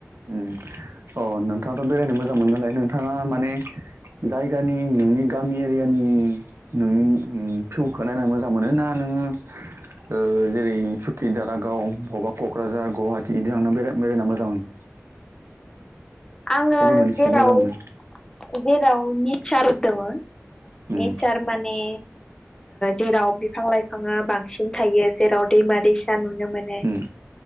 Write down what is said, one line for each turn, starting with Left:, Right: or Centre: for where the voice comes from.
Right: अम अ नोंथाङाथ' बेरायनो मोजां मोनो नालाय नोंथाङा माने जायगानि नोंनि गामि एरियानि नोंनि फिउखौ नायना मोजां मोनो ना? नोङो ओ जेरै सुकि दारागाव बबावबा क'क्राझार गुवाहाटि बिदि थांना बेराय -बेरायना मोजां मोनो?
Left: आङो
Right: अबे मोनसे
Left: जेराव
Right: मोजां मोनो
Left: जेराव नेचार दं
Right: उम
Left: नेचार माने जेराव बिफां -लाइफाङा बांसिन थायो जेराव दैमा -दैसा नु -नो मोनो
Right: उम